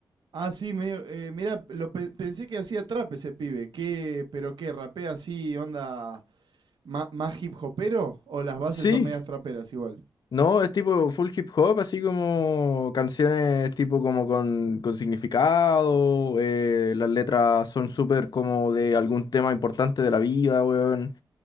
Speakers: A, on the right; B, on the left.
A: Ah, sí, medio, eh, mirá, lo pe- pensé que hacía trap ese pibe, ¿qué, pero qué, rapea así, onda ma- más hip hopero o las bases
B: Sí.
A: son medias traperas igual?
B: No, es tipo full hip hop, así como canciones tipo como con, con significado, eh, las letras son súper como de algún tema importante de la vida, weón.